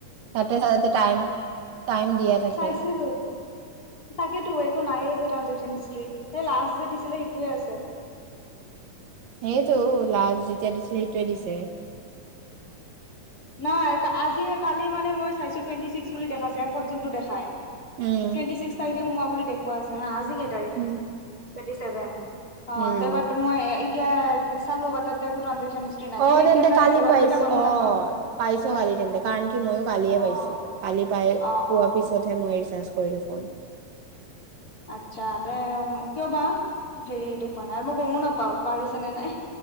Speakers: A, on the right (about 70°); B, on the left (about 25°).
A: তাতে চাই যে টাইম দিয়া থাকে
B: চাইছিলোঁ। তাকেতো একো নাই যে ট্ৰানজেকশ্যচন। লাষ্ট যে দিছিলে সেইটোৱে আছে।
A: সেইটো লাজ যেতিয়া দিছিলে সেইটোৱে দিছে।
B: নাই আজি কালি মানে মই চাইছো টুৱেণ্টি ছিক্স বুলি দেখাছে এপত যোনটো দেখাই।
A: উম
B: টুৱেণ্টি ছিক্স তাৰিখে সোমোৱা বুলি দেখুৱাই আছে হা, আজি কেই তাৰিখ
A: উম
B: টুৱেন্টি চেভেন। অ'
A: উম
B: ত বাট মই এতিয়া চালো বা তাতে একো ট্ৰানজেকচন। হিষ্ট্ৰি নাই,
A: অ
B: পেট
A: তেন্তে
B: দেখাই
A: কালি
B: আছে বাট
A: পাইছো
B: মই এতিয়া গমো
A: অ
B: নাপাও।
A: পাইছ
B: সোমাইছে
A: কালি
B: নে
A: তেন্তে
B: নাই
A: কাৰণ কি ময়ো কালিয়ে
B: অ
A: পাইছো। কালি পাই
B: অ',
A: পোৱা
B: অ',
A: পিছতহে মই ৰিচাৰ্জ কৰিলো ফোন।
B: আচ্ছা তে কিয় বা হেৰি দেখুওা নাই আৰু মই গমো নাপাও বাঢ়িছে নে নাই।